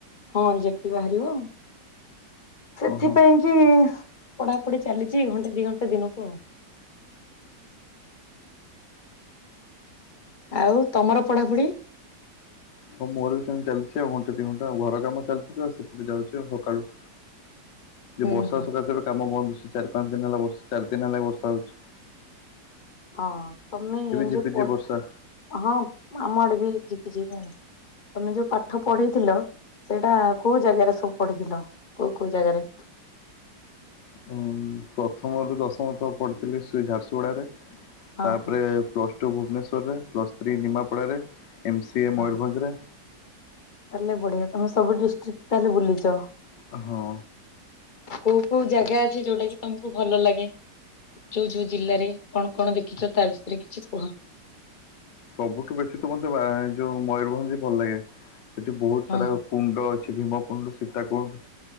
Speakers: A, on the left (about 40°); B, on the left (about 80°).
A: ହଁ! ଯେ ବାହାରିବ, ସେଥିପାଇଁ
B: ଓହୋ
A: ପଢ଼ାପଢ଼ି ଚାଲିଚି, ଘଣ୍ଟେ ଦି ଘଣ୍ଟା ଦିନକୁ ଆଉ। ଆଉ ତମର ପଢ଼ା--ଢ଼ି
B: ହଁ! ମୋର ବି ଚାଲ୍ଚି ଆଉ ଘଣ୍ଟେ ଦିଘଣ୍ଟା, ଘର କାମ ଚାଲ୍ଚି ତ ସେପଟେ ଯାଉଚି ସକାଳୁ।
A: ହୁଁ
B: ବର୍ଷା
A: ହୁଁ
B: ସକାଶେ ଏବେ କାମ ବନ୍ଦ୍ ଚାରି ପାଞ୍ଚ୍ ଦିନ୍‌ ଚାର୍ ଦିନ୍‌ ହେଲା ବର୍ଷା ହଉଚି।
A: <inaudible>
B: ଝିପିଝିପି ବର୍ଷା
A: ତମେ ଯଉ ପାଠ ପଢ଼ିଥିଲ ସେଟା କଉ ଜାଗାରେ ସବୁ ପଢ଼ିଥିଲ, କଉ କଉ ଜାଗାରେ?
B: <inaudible> ପ୍ରଥମରୁ ଦଶମ ତ ପଢ଼ିଥିଲି ସେ ଝା---ଗୁଡ଼ାରେ,
A: ହଁ
B: ତା'ପ୍ରେ
A: ହଁ
B: ପ୍ଲ ଭୁବ୍ନେଶ୍ୱର୍ ରେ, ପ୍ଲସ୍‌ଥ୍ରୀ ନିମାପଡ଼ାରେ, ଏମ୍ ସିଏ
A: ହଁ
B: ମୟୂର୍ଭଞ୍ଜ୍ ରେ।
A: ତା'ହେଲେ ବଢ଼ିଆ ତମେ ସବୁ ଡିଷ୍ଟ୍ରିକ୍ ତା'ହେଲେ ବୁଲିଚ।
B: ହଁ!
A: କଉ କଉ ଜାଗା ଅଛି, ଯଉଟା କି ତମକୁ ଭଲ ଲାଗେ? ଯଉ ଯଉ ଜିଲ୍ଲାରେ, କ'ଣ କ'ଣ ଦେଖିଚ ତା ବିଷୟରେ କିଛି କୁହ?
B: ସବୁଠୁ ବେଶୀ ତ ମତେ ଯଉ ମୟୂର୍ଭଞ୍ଜ୍ ଭଲ୍‌ ଲାଗେ, ସେଠି ବହୁତ୍
A: ହଁ।
B: ସାରା କୁଣ୍ଡ ଅଛି, ଭୀମ କୁଣ୍ଡ୍ ସୀତା କୁଣ୍ଡ୍।